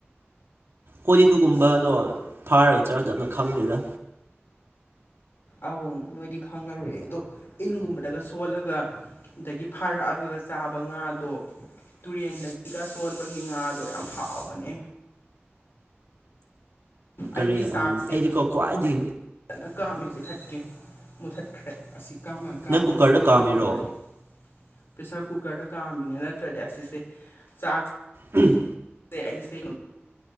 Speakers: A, on the right; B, on the left.
A: ꯍꯣꯏꯗꯤ ꯑꯗꯨꯒꯨꯝꯕꯗꯣ ꯐꯥꯔꯒ ꯆꯥꯗꯕꯔꯥ ꯈꯪꯗꯦꯗ
B: ꯑꯧ ꯅꯣꯏꯗꯤ ꯈꯪꯉꯔꯣꯏꯦ ꯑꯗꯣ ꯏꯟꯒꯨꯝꯕꯗꯒ ꯁꯣꯜꯂꯒ ꯑꯗꯒꯤ ꯐꯥꯔꯛꯑꯒꯒ ꯆꯥꯕ ꯉꯥꯗꯣ ꯇꯨꯔꯦꯟꯗꯒꯤꯒ ꯁꯣꯟꯕꯒꯤ ꯉꯥꯗꯣ ꯌꯥꯝ ꯍꯥꯎꯕꯅꯦ ꯑꯩꯒꯤ
A: ꯀꯔꯤ
B: ꯆꯥꯛꯁꯦ
A: ꯑꯩꯗꯤꯀꯣ
B: ꯐꯖꯖꯅ
A: ꯈ꯭ꯋꯥꯏꯗꯒꯤ
B: ꯀꯥꯝꯃꯤꯁꯦ ꯊꯠꯀꯦ ꯃꯨꯊꯠꯈ꯭ꯔꯦ ꯑꯁꯤ ꯀꯥꯝꯃ ꯀꯥꯝꯃꯁꯅꯨ
A: ꯅꯪ ꯀꯨꯀꯔꯗ ꯀꯥꯝꯃꯤꯔꯣ
B: ꯀꯥꯝꯒꯔꯗꯤ ꯄꯦꯁꯔ ꯀꯨꯀꯔꯗ ꯀꯥꯝꯃꯤꯅꯦ ꯅꯠꯇ꯭ꯔꯗꯤ ꯑꯁꯤꯁꯦ ꯆꯥꯛ
A: ꯎꯝ
B: ꯑꯦ ꯑꯩꯁꯦ